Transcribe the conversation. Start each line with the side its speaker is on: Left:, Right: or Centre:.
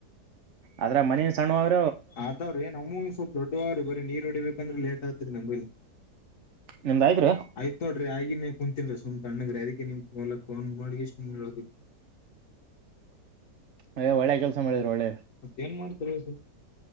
Right: ಆದ್ರ ಮನಿ ಸಣ್ಣವ ಅವ್ರಿ
Left: ಆತವ್ರಿ ನಮ್ಮೂ ಸ್ವಲ್ಪ ದೊಡ್ಡವ್ರೀ ಬರೀ ನೀರ್ ಹೊಡಿಬೇಕಂದ್ರೆ ಲೇಟ್ ಆಗ್ತ್ರಿ ನಂಬಲಿ
Right: ನಿಮ್ದ್ ಆಯ್ತ್ರಿ
Left: ಆಯ್ತೋಡ್ರಿ ಆಯ ಈಗ ಕುಂತನ್ರ ಸುಮ್ ತಣ್ಣಗ್ರ ಅದಕ್ಕೆ ನೀವ್ ಹೋಲಕ್ಕ ಅವ ನೋ ಎಷ್ಟು ನೀಕುದು
Right: ಅ ಒಳ್ಳೆಗಲ್ ಒಳ್ಳೆಯರ್
Left: ಏನ್ ಮಾಡ್ತರಿ